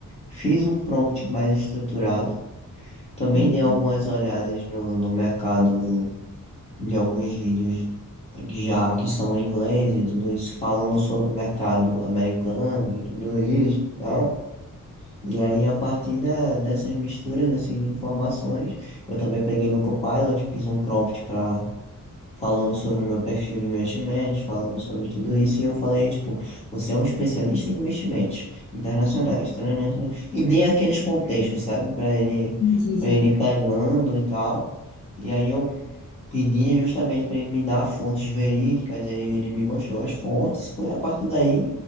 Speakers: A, on the left; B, on the left.
A: fiz um prompt mais estruturado, também
B: hum,
A: dei algumas olhadas no, no mercado de alguns vídeos já que são em inglês e tudo isso, falando sobre o mercado americano e tudo isso, tá? E aí, a partir da, dessas misturas assim, de informações, eu também peguei no Copilot, fiz um prompt para falando sobre o meu perfil de investimentos, falando sobre tudo isso, e eu falei, tipo, você é um especialista em investimentos internacionais, taranã, taranã, e dei aqueles contextos, sabe, para ele,
B: hum, sim,
A: para
B: sim.
A: ele ir
B: sim.
A: pegando e tal, e aí eu pedi justamente para ele me dar fontes verídicas, e aí ele me mostrou as fontes, foi a partir daí